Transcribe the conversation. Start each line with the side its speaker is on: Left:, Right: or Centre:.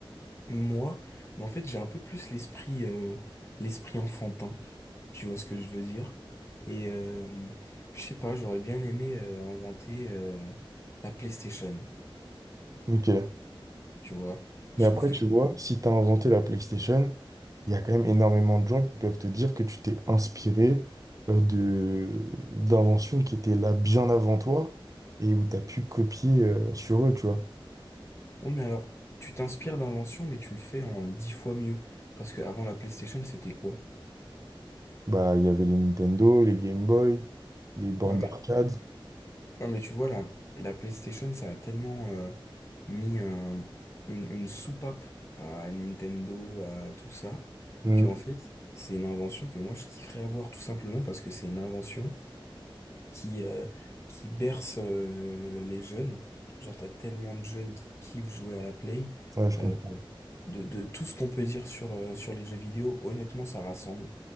Left: Moi, mais en fait, j'ai un peu plus l'esprit euh, l'esprit enfantin, tu vois ce que je veux dire. Et euh, je sais pas, j'aurais bien aimé euh, inventer euh, la PlayStation,
Right: Ok.
Left: tu vois.
Right: Mais
Left: Je trouve
Right: après,
Left: que
Right: tu
Left: c'est...
Right: vois, si t'as inventé la PlayStation, il y a quand même énormément de gens qui peuvent te dire que tu t'es inspiré euh, de d'inventions qui étaient là bien avant toi et où t'as pu copier euh, sur eux, tu vois.
Left: Oui, mais alors, tu t'inspires d'inventions mais tu le fais en dix fois mieux. Parce que avant la PlayStation, c'était quoi?
Right: Bah, il y avait les Nintendo, les Game Boy, les bandes
Left: Ouais,
Right: d'arcade.
Left: Ouais, mais tu vois, la, la PlayStation, ça a tellement euh, mis un- une, une soupape à Nintendo, à tout ça,
Right: Hmm.
Left: que en fait, c'est une invention que moi, je kifferais avoir tout simplement parce que c'est une invention qui, euh, qui berce euh, les jeunes. Genre, t'as tellement de jeunes qui kiffent jouer à la Play.
Right: Ouais, je comprends.
Left: euh, de, de tout ce qu'on peut dire sur, euh, sur les jeux vidéo, honnêtement, ça rassemble.